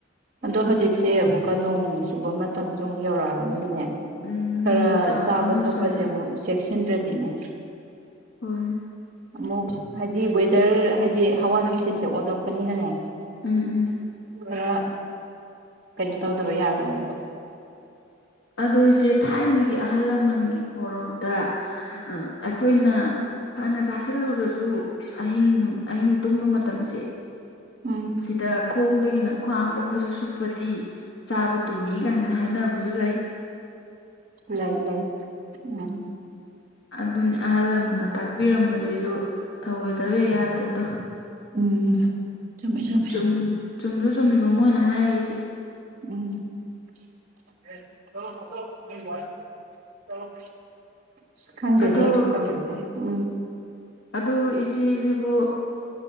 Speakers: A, on the right; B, on the left.
A: ꯑꯗꯣ ꯍꯧꯖꯤꯛꯁꯦ ꯑꯃꯨꯛꯀ ꯅꯣꯡ ꯆꯨꯕ ꯃꯇꯝꯁꯨ ꯑꯃꯨꯛ ꯌꯧꯔꯛꯑꯕꯅꯤꯅꯅꯦ
B: ꯎꯝ
A: ꯈꯔ
B: ꯅꯣꯡꯖꯨ ꯊꯥ ꯃꯇꯝ
A: ꯆꯥꯕ
B: ꯌꯧꯁꯜꯂꯛꯑꯦ
A: ꯊꯛꯄꯁꯦ ꯑꯃꯨꯛ ꯆꯦꯛꯁꯤꯟꯗ꯭ꯔꯗꯤꯅꯦ
B: ꯍꯣꯏ
A: ꯑꯃꯨꯛ ꯍꯥꯏꯗꯤ ꯋꯦꯗꯔ ꯍꯥꯏꯗꯤ ꯍꯋꯥ ꯅꯨꯡꯁꯤꯠꯁꯦ ꯑꯣꯜꯂꯛꯄꯅꯤꯅꯅꯦ
B: ꯎꯝ ꯎꯝ
A: ꯈꯔ ꯀꯩꯅꯣ ꯇꯧꯗꯕ ꯌꯥꯔꯣꯏꯕ
B: ꯑꯗꯨꯏꯁꯦ ꯊꯥꯏꯅꯒꯤ ꯑꯍꯜ ꯂꯃꯟꯒꯤ ꯄꯣꯔꯧꯗ ꯑ ꯑꯩꯈꯣꯏꯅ ꯐꯅ ꯆꯥꯁꯤꯜꯂꯨꯔꯁꯨ ꯑꯍꯤꯡ ꯑꯍꯤꯡ ꯇꯨꯝꯕ ꯃꯇꯝꯁꯦ
A: ꯎꯝ
B: ꯁꯤꯗ ꯈꯣꯡꯗꯒꯤꯅ ꯈ꯭ꯋꯥꯡꯕ ꯑꯩꯈꯩꯁꯨ ꯁꯨꯞꯄꯗꯤ ꯆꯥꯕ ꯇꯨꯝꯃꯤ ꯀꯥꯏꯅ ꯍꯥꯏꯅꯕꯁꯨ ꯂꯩ
A: ꯂꯩꯏ ꯂꯩ ꯎꯝ
B: ꯑꯗꯨꯅꯤ ꯑꯍꯜ ꯂꯃꯟꯅ ꯇꯥꯛꯄꯤꯔꯝꯕꯁꯤꯁꯨ ꯊꯧꯑꯣꯏꯗꯕ ꯌꯥꯗꯦꯗꯣ
A: ꯎꯝ ꯆꯨꯝꯃꯦ ꯆꯨꯝꯃꯦ
B: ꯆꯨꯝ ꯆꯨꯝꯁꯨ ꯆꯨꯝꯃꯤꯕ ꯃꯣꯏꯅ ꯍꯥꯏꯔꯛꯏꯁꯦ
A: <unintelligible> ꯈꯪꯗꯦꯗꯤ
B: ꯑꯗꯣ
A: ꯇꯦ ꯎꯝ
B: ꯑꯗꯨ ꯏꯆꯦꯁꯤꯕꯨ